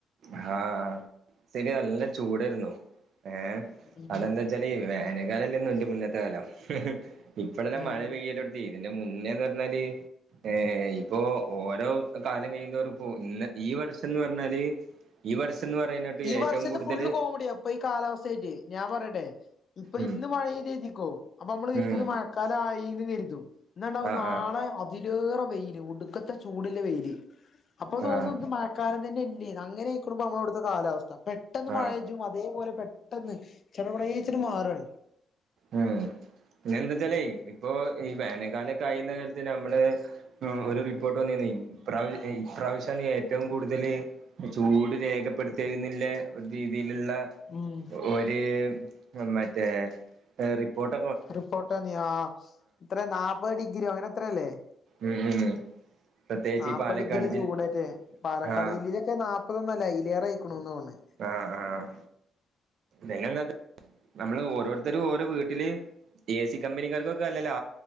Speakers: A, on the right; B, on the left.
A: ആഹ്, ആഹ്, ശരി നല്ല ചൂടേര്ന്നു. ഏ
B: ഉം
A: അതെന്നെ. ന്തച്ചാലേ, വേനകാലംല്ലേന്ന തിന്റെ മുന്നത്തെ കാലം <unintelligible> ഇപ്പളല്ലെ മഴ
B: ഉം
A: പെയ്യലൊ ഇതിന്റെ മുന്നേന്നർഞ്ഞാല്. ഏ, ഇപ്പോ ഓരോ കാലം കഴിയുന്തോറും ഇപ്പോ ഈ വർഷംന്ന് പറഞ്ഞാല്. ഈ വർഷംന്ന് പറയുന്നട്ട്
B: ഈ
A: ഏറ്റവും
B: വർഷത്
A: കൂടുതല്
B: ഫുള്ള് കോമഡിയാ. ഇപ്പൊ ഈ കാലാവസ്ഥയിട്ട്. ഞാൻ പറയട്ടെ, ഇപ്പൊ
A: ഉം
B: ഇന്ന് മഴ പെയ്ത് ര്തിക്കോ, നമ്മള് കര്തും
A: ഉം
B: ഇത് മഴ ക്കലായീന്ന് കര്തും ന്നണ്ടാവും
A: ആഹ്
B: നാളെ
A: ആഹ്
B: അതിലേറെ വെയില് ഒടുക്കത്തെ ചൂടിള്ളെ വെയില്. അപ്പൊ തോന്നും
A: ആഹ്
B: ഇത് മഴക്കാലം തന്നെല്ലേന്ന്? അങ്ങനെ യിക്കുണു ഇപ്പം നമ്മടെ വിടുത്തെ കാലാവസ്ഥ. പെട്ടെന്ന് മഴ.
A: ആഹ്
B: തും അതേപോലെ, പെട്ടെന്ന്. ചെട പെടേച്ചിട്ട് മാറാണ്.
A: ഉം, പിന്നെന്താച്ചാലേ, ഇപ്പൊ ഈ വേനൽക്കാലൊക്ക ആയീന് കര്തി നമ്മള്. മ്, ഒരു റിപ്പോർട്ട് വന്നീനെ. ഇപ്രാവ് ഏ ഇപ്രാവശ്യാണ് ഏറ്റവും കൂടുതല്. ചൂട് രേഖ. പെടുത്തേകുന്നില്ലേ രീതിയിലുള്ള
B: ഉം
A: ഒരു മറ്റേ ഏഹ് റിപ്പോർട്ട
B: റിപ്പോട്ടോന്നിയോ എത്രേ നാപ്പത് ഡിഗ്രിയോ അങ്ങനെ എത്രയോല്ലെ
A: ഉം ഉം പ്രത്യേകിച്ച്
B: നാപ്പത്
A: ഈ പാലക്കാട്
B: ഡിഗ്രി
A: ജിൽ
B: ചൂടല്ലെ പാലക്കാട്
A: ആഹ്
B: ജില്ലയിൽ നാപ്പതൊന്നല്ല അയിലേറെ അയിക്കണോന്നാ ഓണേ
A: ആഹ് ആഹ് പിന്നെന്ത് നമ്മള് ഓരോരുത്തരും ഓരോ വീട്ട്ല് എ സി കബിനാർക്കൊക്കെ നല്ല ലാ